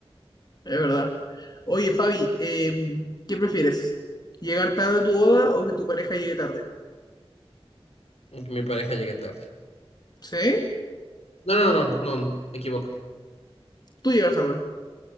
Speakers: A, on the left; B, on the left.
A: es verdad. Oye, Fabi, eh, ¿qué prefieres? ¿Llegar tarde a tu boda o que tu pareja llegue tarde?
B: Es que Mi pareja llegué tarde.
A: ¿Sí?
B: No, no, no, no, no, me equivoco.
A: Tú llegas tarde,